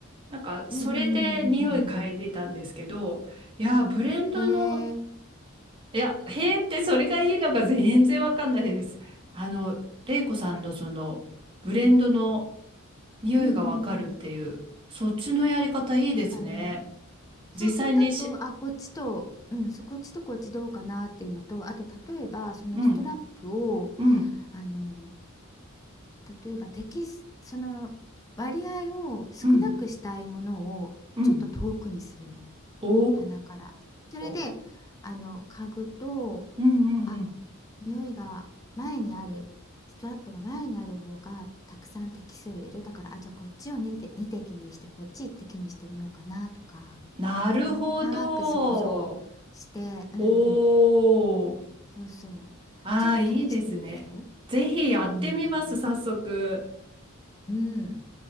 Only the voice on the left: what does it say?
うんうんうんうんうんうん
うんへえ
うんうんうん
そうだねそうそれだとあこっちとうんそうこっちとこっちどうかなっていうのとあと例えばそのストラップを
あの例えばテキスその割合を少なくしたいものをちょっと遠くにするの
鼻からそれであの嗅ぐと
あ匂いが前にあるストラップが前にある方がたくさん滴数を入れるだからあじゃあこっちを2滴、二滴にしてこっち1滴にしてみようかなとか
なんとなく想像してうんうん
そうそうちょっと試してみて
うん
うん